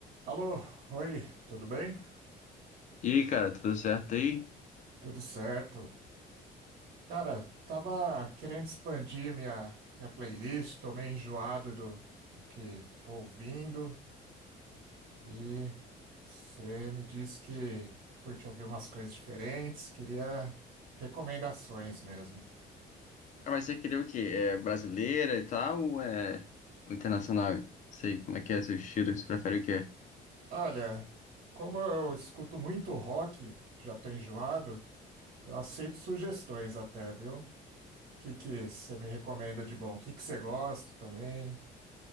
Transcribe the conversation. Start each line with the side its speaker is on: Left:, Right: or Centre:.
Right: Alô, oi, tudo bem?
Left: E cara, tudo certo aí?
Right: Tudo certo. Cara, tava querendo expandir minha, minha playlist, tô meio enjoado do, do que tô ouvindo e você me disse que curte ouvir umas coisas diferentes, queria recomendações mesmo.
Left: Ah, Mas você queria o quê? É brasileira e tal ou é o internacional? Não sei como é que é seu estilo, você prefere o quê?
Right: Olha, como eu escuto muito rock, já tô enjoado, eu aceito sugestões até, viu? O que que você me recomenda de bom? O que que você gosta também?